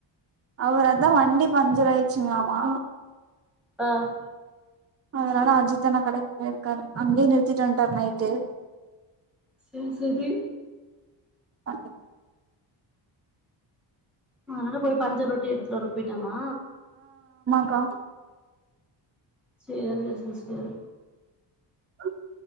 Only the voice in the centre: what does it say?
ஆஹ்
செரி செரி
ஆதுனால போய் பஞ்சர் ஒட்டி எடுத்துட்டு வர போய்ட்டானா
சேரி ச சேரி